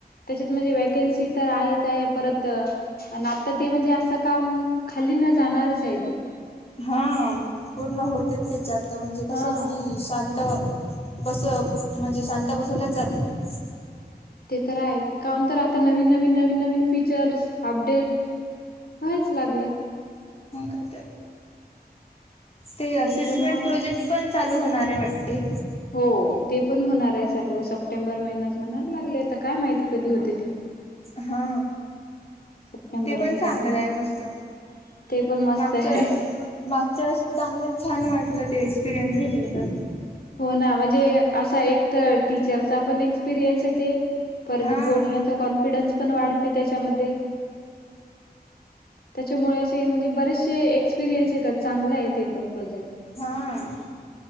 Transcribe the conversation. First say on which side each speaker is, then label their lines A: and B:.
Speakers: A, on the left; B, on the left.
A: त्याच्यात म्हणजे वॅकन्सी तर आहेत. परत आणि आता ते म्हणजे असं काम खाली न जाणारच आहे ते.
B: हा पूर्ण होतेच त्याच्यात म्हणजे कसं
A: हा
B: की शांत. बस म्हणजे शांत बसवलाच जात नाही.
A: ते तर आहे काण तर आता नवीन नवीन नवीन नवीन फीचर्स अपडेट. वयच लागलं.
B: का ते असिसमेंट
A: त्याच्यामुळे
B: प्रोजेक्ट पण चालू होणारे वाटते.
A: हो ते पण होणार आहे चालू सप्टेंबर महिन्यात म्हणायला लागले आता काय माहिती कधी होते ते.
B: हा
A: सप्टेंबर
B: ते पण
A: महिन्यात
B: चांगलंय
A: म्हणाला
B: मस्त.
A: ते पण मस्त
B: मागच्या
A: आहे.
B: वेळेस मागच्या वेळेस चांगलं छान वाटलं. ते एक्सपिरियन्स घेतल तर
A: हो ना म्हणजे असा एक तर टीचरचा पण एक्सपिरियन्स येते. परत
B: हा
A: बोलण्याचा कॉन्फिडन्स पण वाढत. त्याच्यामध्ये त्याच्यामुळे अस म्हणजे बरेच. चे एक्सपिरियन्सेत चांगला आहे ते पण प्रोजेक्ट
B: हा.